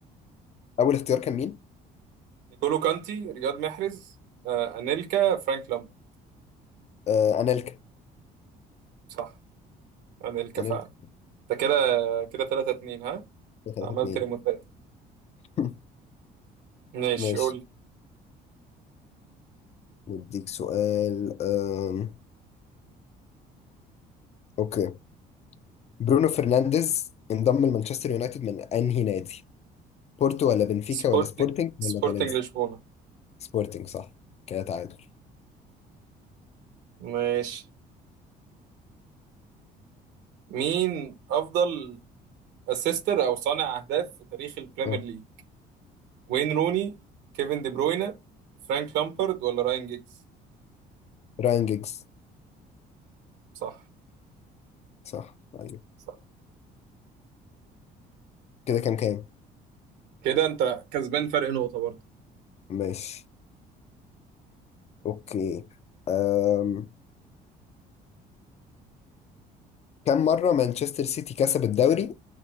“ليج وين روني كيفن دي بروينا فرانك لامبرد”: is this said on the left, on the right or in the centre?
Right